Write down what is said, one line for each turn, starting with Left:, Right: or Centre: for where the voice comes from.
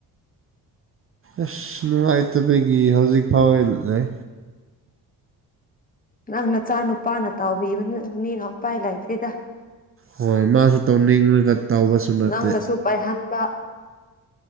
Right: ꯑꯁ ꯅꯨꯡꯉꯥꯏꯇꯕꯒꯤ ꯍꯧꯖꯤꯛ ꯐꯥꯎ ꯂꯩ
Left: ꯅꯪ ꯅꯆꯥ ꯅꯨꯄꯥꯅ ꯇꯥꯎꯕꯤꯕ ꯃꯤꯅ ꯎꯄꯥꯏ ꯂꯩꯥꯏꯇꯩꯗ
Right: ꯍꯣꯏ ꯃꯥꯁꯨ ꯇꯧꯅꯤꯡꯉꯒ ꯇꯧꯕꯁꯨ ꯅꯠꯇꯦ
Left: ꯅꯪꯅꯁꯨ ꯄꯥꯏꯍꯟꯕ